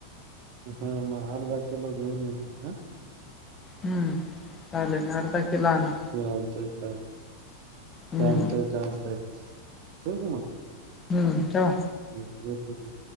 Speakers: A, on the right; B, on the left.
A: हा... मग अर्धा किलो घेऊन येईल... हा
B: हम्म... चालन.... अर्धा किलो आणा.
A: चालतंय, चालतंय...
B: हम्म
A: चालतंय.... चालतंय ठेवू का मग?
B: हम्म ठेवा.
A: हम्म... येतो घेऊन.